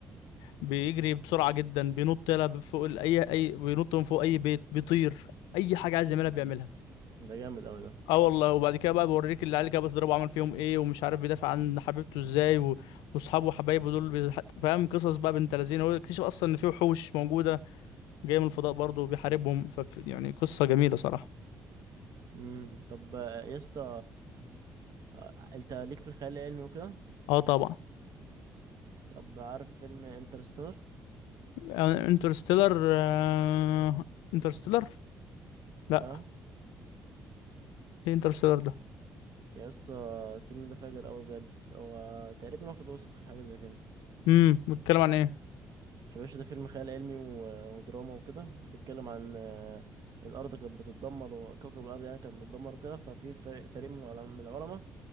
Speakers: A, on the left (about 80°); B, on the right (about 60°).
A: بيجري بسرعه جدا بينط يلا فوق ال- اي اي بينط من فوق اي بيت بيطير اي حاجه عايز يعملها بيعملها
B: ده جامد أوي ده
A: اه والله وبعد كده بقى بوريك العيال اللي كده بتضربه عمل فيهم ايه ومش عارف بيدافع عن حبيبته ازاي و... واصحابه وحبايبه دول بيح- فاهم قصص بقى بنت لذينه هو اكتشف اصلا ان في وحوش موجوده جايه من الفضاء برضه وبيحاربهم ف يعني قصه جميله صراحه
B: امم طب آه، يا اسطى آه، انت ليك في الخيال العلمي وكده
A: اه طبعا
B: طب عارف فيلم انترستيلر
A: يعني انترستيلر آه، انترستيلر لا
B: اه
A: ايه انترستيلر ده
B: يا اسطى الفيلم ده فاجر قوي بجد هو تقريبا واخد اوسكار حاجه زي كده
A: امم بيتكلم عن ايه
B: يا باشا ده فيلم خيال علمي و- ودراما وكده بيتكلم عن آه، الارض كانت بتتدمر وكوكب الارض يعني كان بيتدمر وكده ففي فريق فريق من العلماء من العلماء